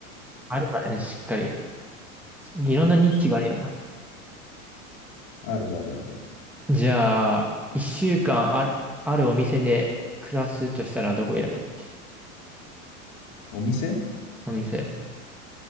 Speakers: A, in the centre; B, on the left.
A: あるからね、しっかり。いろんなニッチがあるよな。
B: そう。あるあるある。
A: じゃあ、一週間ある、あるお店で暮らすとしたらどこ選ぶっていう。
B: お店
A: お店。